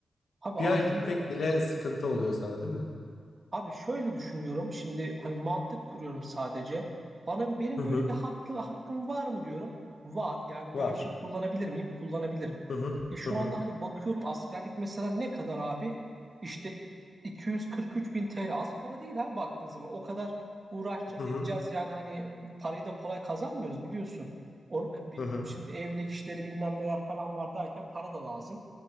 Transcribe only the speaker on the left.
bir
ay gitmek bile sıkıntı oluyor sana değil mi?
Hı hı.
Var.
Hı hı.
Hı hı.
Hı hı.
Hı hı.